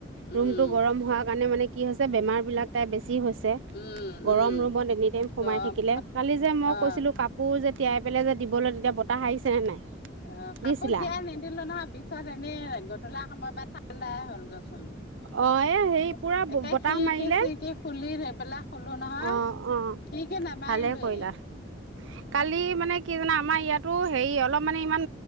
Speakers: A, on the right (about 80°); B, on the left (about 55°).
A: ৰুমটো
B: উম,
A: গৰম হোৱাৰ কাৰণে মানে কি হৈছে বেমাৰ বিলাক তাই বেছি হৈছে।
B: উম,
A: গৰম
B: উম,
A: ৰুমত এনি টাইম সোমাই
B: গম
A: থাকিলে কালি যে মই
B: অ',
A: কৈছিলো কাপোৰ। যে তিয়াই পেলাই যে দিব লে তেতিয়া বতাহ আহিছে নে নাই?
B: অ কাপোৰ
A: দিছিলা
B: তিয়াই নিদিলো নহয় পিছত এনে গধূলা সময় বা ঠাণ্ডাই হ'ল গছ। এতিয়া
A: অ এ হেৰি পুৰা বতাহ
B: খিৰিকী
A: মাৰিলে
B: চিৰিকি কি খুলি সেই পেলাক শুলো নহয়
A: অ অ
B: খিৰিকী নামাৰিলোয়ে।
A: ভালে কৰিলা কালি মানে কি জানা আমাৰ ইয়াত। তো হেৰি অলপ মানে ইমান